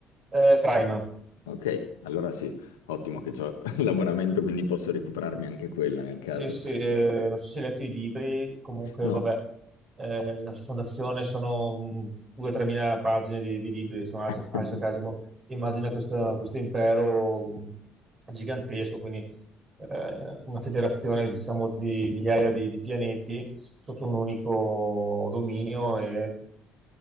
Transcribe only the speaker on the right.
eh, Prima.
Sì, sì, eh, non so se hai letto i libri, comunque
vabbè, eh, la fondazione sono mh, 2-3 mila pagine di, di libri, insomma, Is-
Isaac Asimov immagina questa- questo impero mh, gigantesco, quindi eh, una federazione diciamo di migliaia di, di pianeti sotto un unico dominio e